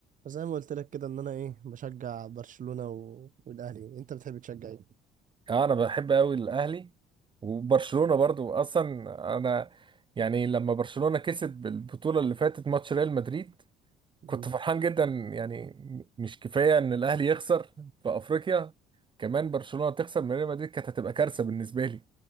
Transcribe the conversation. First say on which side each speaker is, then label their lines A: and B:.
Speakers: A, on the right; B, on the right.
A: زي ما قلت لك كده ان انا ايه بشجع برشلونة و... والاهلي انت بتحب تشجع ايه
B: اه انا بحب قوي الاهلي وبرشلونة برضو اصلا انا يعني لما برشلونة كسب البطولة اللي فاتت ماتش ريال مدريد
A: مم.
B: كنت فرحان جدا يعني م- مش كفاية ان الاهلي يخسر في افريقيا كمان برشلونة تخسر من ريال مدريد كانت هتبقى كارثة بالنسبة لي